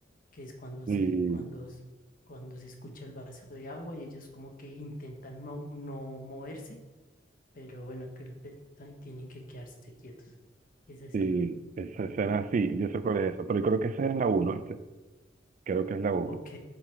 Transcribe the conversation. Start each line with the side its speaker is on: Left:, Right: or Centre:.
Left: que es cuando
Right: sí,
Left: sí, cuando, s- cuando se escucha el vaso de agua y ellos como que intentan no, no moverse, pero bueno, que el pez- ay, tienen que quedarse quietos. Esa escena.
Right: sí, esa escena, sí, yo sé cuál es esa, pero yo creo que esa es la 1, Creo que es la uno
Left: Ok,